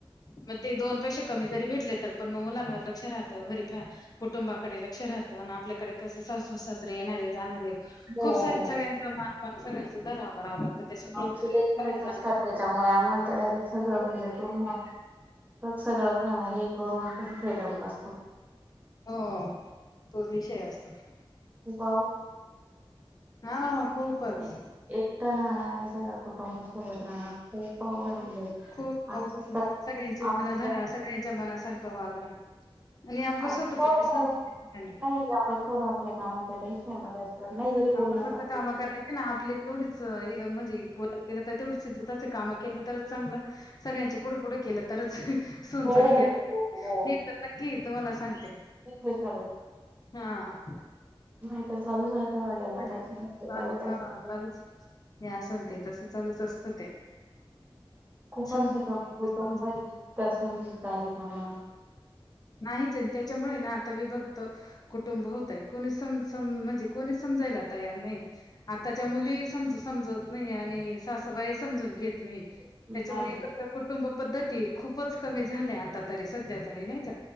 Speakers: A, on the left; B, on the right.
A: मग ते दोन पैसे कमी जरी भेटले तर पण मग मुलांवर लक्ष राहत घरी फया कुटुंबाकडे लक्ष राहत आणि आपल्याकडे कसं सासू सासरे येणारे जाणारे
B: हो
A: खूप सार सगळ्यांचा मान पान सगळ्यांच धरावा करावं लागतं. त्याच्यामुळं
B: आमच्याकडे
A: बाहेर जाणं
B: असतात त्याच्यामुळे आम्हाला तर डायरेक्ट सगळं म्हणजे पूर्ण सगळं करून पण फ्रीडम नसते
A: हो तोच विषय असतो.
B: खूप
A: हा. खूपच
B: एक एकटं राहयचंच कुटंब सोबत राहणं खूप अवघड म्हणजे
A: खूप
B: असं
A: हो कठीन सगळ्यांचे
B: आपल्या
A: मनाधरा सगळ्यांच्या मनासारखं वागा आणि आपलं
B: आ
A: स्वतःच
B: थोडं
A: काहीच नसतं त्या ठिकाणी
B: नाही आपण थोडं आपल्या कामाच्या टेन्शन मध्ये असत नाही जरी बोललं
A: आपण फक्त
B: ना आप
A: काम करायचे ना आपले तेवढीच म्हणजे पुऊत गेले तर तेवढीशीच स्वतःची काम केलं तरच चांगलं सगळ्यांचे पुढ पुढ केलं तरच सून
B: हो
A: चांगली असते
B: हो हो
A: हे तर नक्की तुम्हाला सांगते
B: तेच आहे
A: हां,
B: खरंच चालूच राहत याला
A: चालू
B: काय त्याला काय
A: हा हा चालूच हे असं आणि ते तसं चालूच असतं ते
B: खूप
A: समजून
B: असं क
A: पाहिजे
B: कुटुंब
A: समजून
B: समजुतदारी पणा
A: नाहीच ये त्याच्यामुळे ना विभक्त कुटुंब होतय कोणी समजू सम म्हणजे कोणी समजाय तयार नाही आताच्या मुली समज समजत नाही आणि सासूबाई समजून घेत नाही
B: असं
A: त्याच्यामुळे
B: नाही
A: एकत्र कुटुंब पद्धती खूपच कमी झाल्या आतरी सध्या तरी नाही का?